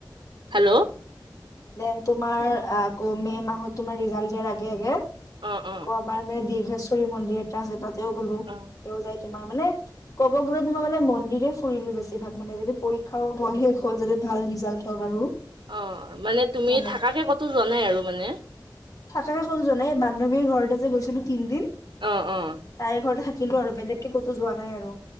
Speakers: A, on the right (about 85°); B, on the left (about 45°).
A: হেল্ল'
B: দেন তোমাৰ আকৌ মে মাহত তোমাৰ ৰিজাল্ট দিয়াৰ আগে আগে
A: অ', অ'।
B: আকৌ তোমাৰ মানে দীৰ্ঘেশ্বৰী মন্দিৰ এটা আছে তাতেও গ'লো তাতেও
A: অ
B: যাই তোমাৰ মানে ক'ব গ'লে তোমাৰ মই মানে মন্দিৰে ফুৰিলো বেছিভাগ মানে যাতে পৰীক্ষাও শেষ হল যাতে ভাল ৰিজাল্ট হওক আৰু।
A: অ' মানে তুমি
B: সেনে
A: থাকাকে ক'তো যোৱা নাই আৰু মানে।
B: থাকাকে কতো জোৱা নাই হে বান্ধৱীৰ ঘৰতে যে গৈছিলো তিনদিন
A: অ' অ'
B: তাই ঘৰতে থাকিলো আৰু বেলেগকে ক'তো যোৱা নাই আৰু